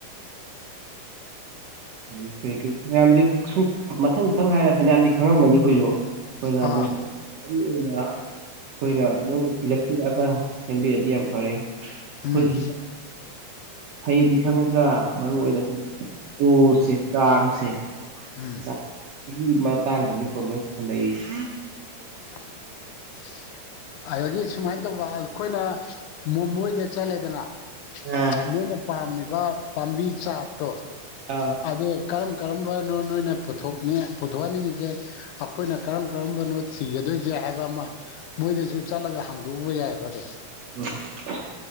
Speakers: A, on the right; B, on the left.
A: ꯑꯗꯥꯏ ꯀꯩ ꯀꯩ ꯐꯅꯌꯥꯝꯗꯤ ꯁꯨꯝ ꯃꯊꯪ ꯃꯊꯪ ꯍꯥꯏꯔ ꯐꯅꯌꯥꯝꯗꯤ ꯈꯪꯉꯝꯒꯅꯤ ꯑꯩꯈꯣꯏꯁꯨ ꯑꯩꯈꯣꯏꯅ
B: ꯑꯥ
A: ꯑꯃꯨꯛ ꯃꯔꯨ ꯑꯣꯏꯅ ꯑꯩꯈꯣꯏꯅ ꯃꯣꯏꯅ ꯊꯤꯔꯛ ꯊꯤꯔꯛꯑꯒ ꯁꯦꯝꯕꯤꯔꯗꯤ ꯌꯥꯝ ꯐꯔꯦ
B: ꯎꯝ
A: ꯑꯩꯈꯣꯏꯒꯤ ꯐꯩꯗꯤ ꯈꯪꯉꯒ ꯃꯔꯨꯏ ꯑꯣꯏꯅ ꯑꯩꯈꯣꯏꯒꯤ ꯔꫭꯜꯁꯦ ꯆꯥꯡꯁꯦ
B: ꯎꯝ
A: ꯆꯥꯡ ꯆꯍꯤ ꯃꯇꯥꯡꯗꯗꯤ ꯄ꯭ꯔꯣꯕ꯭ꯂꯦꯝ ꯂꯩꯁꯦ
B: <inaudible> ꯑꯗꯒꯤ ꯁꯨꯃꯥꯏꯅ ꯇꯧꯕ ꯑꯩꯈꯣꯏꯅ ꯃꯣꯃꯣꯏꯗ ꯆꯠꯂꯦꯗꯅ
A: ꯑꯥ
B: ꯃꯣꯏꯅ ꯄꯥꯝꯃꯤꯕ ꯄꯥꯝꯕꯤ ꯆꯥꯛꯠꯇꯣ
A: ꯑꯥ
B: ꯑꯗꫭ ꯀꯔꯝ ꯀꯔꯝꯕꯅꯣ ꯅꯣꯏꯅ ꯄꯨꯊꫭꯛꯅꯤꯡꯉꯦ ꯄꯨꯊꯣꯛꯍꯟꯅꯤꯡꯉꯤꯁꯦ ꯑꯩꯈꯣꯏꯅ ꯀꯔꯝ ꯀꯔꯝꯕꯅꯣ ꯊꯤꯒꯗꯣꯏꯒꯦ ꯍꯥꯏꯕ ꯑꯃ ꯃꯣꯏꯗꯁꯨ ꯆꯠꯂꯒ ꯍꯥꯡꯗꯣꯛꯎꯕ ꯌꯥꯏꯑꯕ ꯑꯗꯣ
A: <unintelligible>